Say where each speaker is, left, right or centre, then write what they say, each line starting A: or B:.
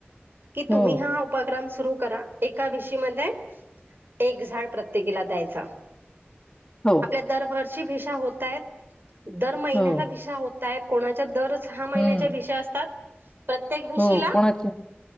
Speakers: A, on the right; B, on the left.
A: कि तुम्ही
B: हो,
A: हा उपक्रम सुरू करा एका विशीमध्ये एक झाड प्रत्येकीला द्यायचा
B: हो
A: त्या दरवर्षी भिषा होत आहेत. दर महिन्याला
B: हो,
A: भिषा होत आहेत कोणाच्या दर सहा महिन्याच्या
B: हं,
A: भिषा असतात. प्रत्येक भिशीला
B: हो कोणाचे